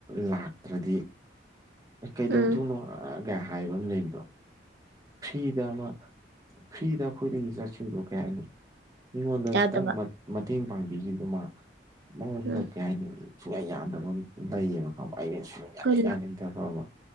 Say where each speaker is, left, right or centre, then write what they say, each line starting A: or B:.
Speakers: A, on the right; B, on the right.
A: ꯂꯥꯛꯇ꯭ꯔꯗꯤ ꯑꯦ ꯀꯩꯗꯧꯗꯣꯏꯅꯣ
B: ꯎꯝ
A: ꯀ ꯍꯥꯏꯕ ꯑꯃ ꯂꯩꯕꯣ ꯐ꯭ꯔꯤꯗ ꯑꯃ ꯐ꯭ꯔꯤꯗ ꯑꯩꯈꯣꯏꯗꯒꯤ ꯆꯠꯁꯤꯡꯗꯣ ꯀꯩ ꯍꯥꯏꯅꯤ ꯃꯤꯉꯣꯟꯗ
B: ꯌꯥꯗꯕ
A: ꯈꯤꯇꯪ ꯃꯇꯦꯡ ꯄꯥꯡꯕꯤꯈꯤꯕꯗꯨꯃ ꯃꯉꯣꯟꯗ
B: ꯎꯝ
A: ꯀꯩ ꯍꯥꯏꯅꯤ ꯁꯨꯡꯌꯥ ꯌꯥꯟꯗꯕ ꯂꯩꯌꯦꯕ ꯑꯩꯁꯨ
B: ꯑꯩꯈꯣꯏ
A: ꯌꯥꯅꯤꯡꯗꯕ ꯑꯃ